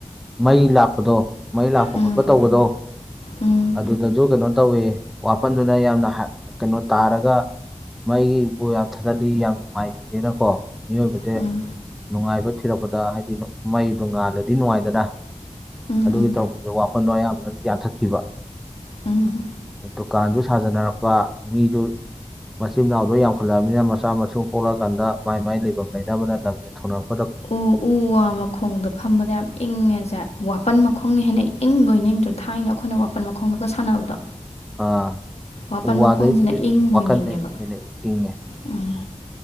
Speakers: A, in the centre; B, on the left.
A: ꯃꯩ ꯂꯥꯛꯄꯗꯣ ꯃꯩ ꯂꯥꯛꯄ
B: ꯎꯝ
A: ꯈꯣꯠꯄ ꯇꯧꯕꯗꯣ
B: ꯎꯝ
A: ꯑꯗꯨꯗꯁꯨ ꯀꯩꯅꯣ ꯇꯧꯋꯦ ꯋꯥꯄꯜꯗꯨꯅ ꯌꯥꯝꯅ ꯀꯩꯅꯣ ꯇꯥꯔꯒ ꯃꯩꯕꯨ ꯌꯥꯝ ꯊꯥꯗꯠꯂꯤ ꯌꯥꯝ ꯅꯨꯡꯉꯥꯏꯍꯟꯗꯦꯅꯀꯣ ꯃꯤꯑꯣꯏꯕꯁꯦ
B: ꯎꯝ
A: ꯅꯨꯡꯉꯥꯏꯕ ꯊꯤꯔꯛꯄꯗ ꯍꯥꯏꯗꯤ ꯃꯩꯗꯣ ꯉꯥꯜꯂꯗꯤ ꯅꯨꯡꯉꯥꯏꯗꯅ
B: ꯎꯝ
A: ꯑꯗꯨꯒꯤ
B: ꯎꯝ
A: ꯇꯧꯔꯛꯄꯗ ꯋꯥꯄꯟꯗꯣ ꯑꯌꯥꯝꯕꯅꯁꯨ ꯌꯥꯟꯊꯠꯈꯤꯕ
B: ꯎꯝ
A: ꯗꯨꯀꯥꯟꯁꯨ ꯁꯥꯖꯅꯔꯛꯄ ꯃꯤꯗꯨ ꯃꯆꯤꯟ ꯃꯅꯥꯎꯗꯣ ꯌꯥꯝꯈꯠꯂꯛꯕꯃꯤꯅ ꯃꯆꯥ ꯃꯁꯨ ꯄꯣꯛꯂꯛꯑꯀꯥꯟꯗ ꯃꯥꯏ ꯃꯥꯏ ꯂꯩꯐꯝ ꯂꯩꯅꯕꯅ ꯂꯝ ꯌꯦꯟ ꯊ ꯊꯣꯛꯅꯔꯛꯄ
B: ꯎꯝ ꯎ ꯋꯥ ꯃꯈꯣꯡꯗꯣ ꯐꯝꯕꯗ ꯌꯥꯝ ꯏꯪꯉꯦꯁꯦ ꯋꯥꯄꯟ ꯃꯈꯣꯡꯅꯤ ꯍꯦꯟꯅ ꯏꯪꯗꯣꯏ ꯏꯗ꯭ꯔꯣ ꯊꯥꯏꯅ ꯑꯩꯈꯣꯏꯅ ꯑꯄꯟ ꯃꯈꯣꯡꯗꯒ ꯁꯥꯟꯅꯕꯗꯣ
A: ꯑ
B: ꯋꯥꯄꯟ
A: ꯎ ꯋꯥꯗꯩꯗꯤ
B: ꯃꯈꯣꯡꯁꯤꯅ ꯏꯪꯕꯣꯏ
A: ꯋꯥꯈꯟꯗꯅꯦ
B: ꯅꯤꯡꯉꯦꯕ
A: ꯏꯪꯉꯦ
B: ꯎꯝ